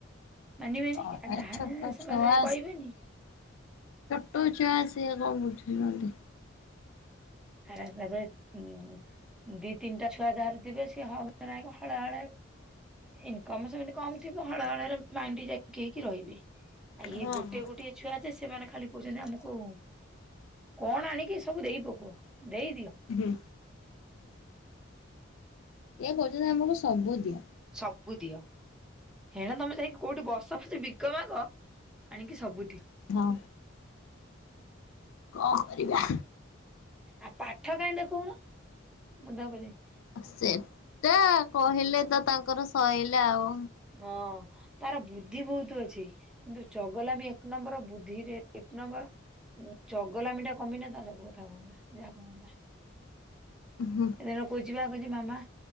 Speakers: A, in the centre; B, on the left (about 80°).
A: ମାନିବେନି
B: କଣ
A: ଯାହା
B: ଛୋଟ
A: ନେ ସେମାନେ
B: ଛୁଆ
A: କହିବେନି।
B: ତୋ ଛୁଆ ସେ କଣବୁଝୁଚନ୍ତି।
A: <unintelligible> ଉଁ ଦି ତିନିଟା ଛୁଆ ଯାହାରଥିବେ ସିଏ ହକ ନାକେ ହଳେ ହଳେ ଇନ୍କମ ସେମିତି କମ ଥିବ ହଳେହଳେରେ ମାଣ୍ଡି ଯାକି ହେଇକି ରହିବେ। ଆ ଇଏ
B: ହଁ
A: ଗୋଟେ
B: ହଁ
A: ଗୋଟଏ ଛୁଆ ଯେ ସେମାନେ ଖାଲି କୋଉଚନ୍ତି ଆମକୁ କଣ ଆଣିକି ସବୁ ଦେଇ ପକୁଅ ଦେଇଦିଅ।
B: ହୁଁ। ଇଏ କୋହୁଚନ୍ତି ଆମକୁ ସବୁ ଦିଅ।
A: ସବୁ ଦିଅ। ହେଣେ ତମେ ଯାଇକି କୋଉଟି ବସ ପଛେ ଭିକ ମାଗ ଆଣିକି ସବୁ ଦିଅ।
B: ହଁ। କଣ କରିବା।
A: ଆ ପାଠ କାଇଁ ଦେଖଉନ ମୁୁ <unintelligible>
B: ସେଟା କହିଲେ ତ ତାଙ୍କର ସଇଲା ଆଉ।
A: ହଁ। ତାର ବୁଦ୍ଧି ବୋହୁତ ଅଛି କିନ୍ତୁ ଚଗଲା ମି ଏକ ନମ୍ବର ବୁଦ୍ଧିରେ ଏକ ନମ୍ବର ଚଗଲାମି ଟା କମିନେ ତା ସବୁ କଥା ହୁଅନ୍ତା ଯାହା କୁହନ୍ତା।
B: ହୁ ହଁ।
A: ଦେଖିଲାବଳକୁ କହୁଛି ଆ କଛି ମାମା